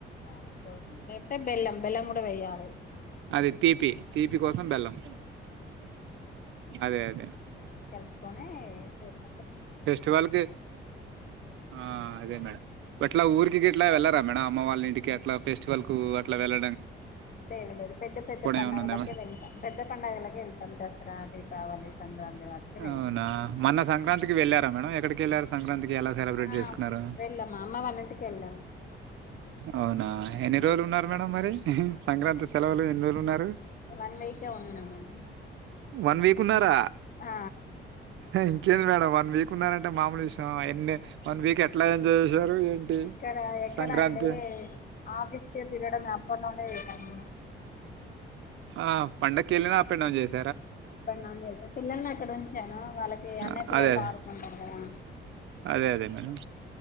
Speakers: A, on the left; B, on the right.
A: కారం కోసం లేక్తే బెల్లం బెల్లం కూడ వెయ్యాలి
B: అది తీపి తీపి కోసం బెల్లం
A: చేదు
B: అదె అదె
A: ఇయన్ని గలుపుకొనీ చేస్తమ్
B: ఫెస్టివల్కి ఆ అదే మేడ అట్ల ఊరికి గిట్ల వెళ్లరా మేడం అమ్మ వాళ్ళ ఇంటికి అట్ల ఫెస్టివల్ కూ అట్ల వెళ్ల
A: లేదు లేదు పెద్ద పెద్ద పండగలకె
B: ఏమన్నా ఉందా మేడం
A: వెల్తం పెద్ద పండగలకె వెల్తం దస్ర రా దీపావళి సంక్రాంతి వాటికి వెళ్తాం
B: అవున మన్న సంక్రాంతికి వెళ్ళారా మేడం ఎక్కడికి ఎల్లారు సంక్రాంతికి ఎల సెలబ్రెట్
A: ఆ
B: చేస్కున్నారు
A: వెళ్ళాము అమ్మ వాళ్ళ ఇంటికి వెళ్ళాము
B: అవున ఎన్ని రోజ్లు ఉన్నారు మేడం మరి సంక్రాంతి సెలవులు ఎన్ని రోజ్లు ఉన్నారు
A: వన్ వీకే ఉన్నాం అండి
B: వన్ వీక్ ఉన్నారా?
A: ఆ
B: ఇంకేంది మేడం వన్ వీక్ ఉన్నారంటే మామూలు విషయం ఎన్ని వన్ వీక్ ఎట్లా ఏ ఎంజాయ్ చేశారు ఏంటి?
A: ఎక్కడ ఎక్కడా
B: సంక్రాంతి?
A: అండి ఆఫీసు కే తిరగడం అ అప్ అండ్ డౌన్ యే చేశా నేనూ
B: ఆ పండకెళ్ళిన అపె డౌన్ చేస్
A: అప్ అండ్ డౌన్ చేస పిల్లలు నా ఇక్కడ ఉంచాను వాళ్ళకి అన్నయ్య
B: ఆ,
A: పిల్లలతో
B: అదే అదే.
A: ఆడుకుంటారు కదా
B: అదే అదే మేడం